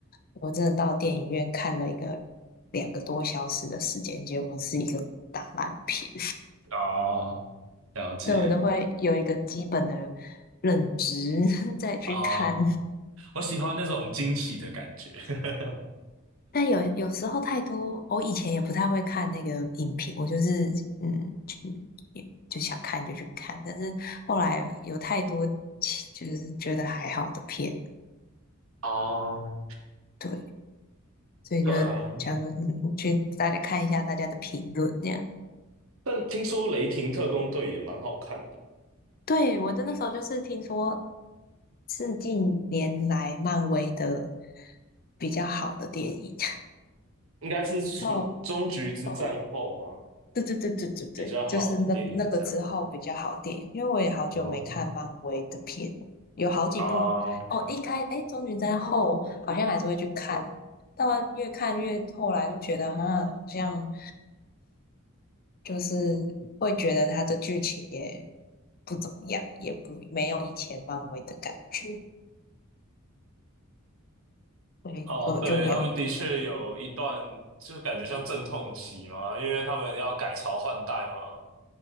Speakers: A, on the left (about 45°); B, on the right (about 70°).
A: 我真的到电影院看了一个两个多小时的时间，结果是一个大烂片，
B: 哦，
A: <laughs>
B: 了解
A: 对我都会有一个基本的认知 <laughs> 再去看。
B: 哦。我喜欢那种惊喜的感觉。<laughs>
A: 但有有时候太多，我以前也不太会看那个影评，我就是嗯，就也就想看就去看，但是后来有太多其就是觉得还好的片，
B: 哦，
A: 对。所以就想说，
B: 对啊，
A: 嗯，去大家看一下大家的评论这样。
B: 但听说《雷霆特工队》也蛮好看的，
A: 对，我真的那时候就是听说是近年来漫威的比较好的电影。
B: 应该是除终局之战后吗？
A: <laughs> 哦哦，对对对对对对，
B: 比较好的电影这样。
A: 就是那那个之后比较好电影，因为我也好久没看漫威的片，
B: 然后
A: 有好几部哦。
B: 啊，
A: 一开哎，终局战后好像还是会去看，但越看越后来就觉得啊，好像。就是会觉得它的剧情也不怎么样，也不没有以前漫威的感觉，所以就就没有。
B: 哦，对，他们的确有一段就感觉像阵痛期嘛，因为他们要改朝换代嘛。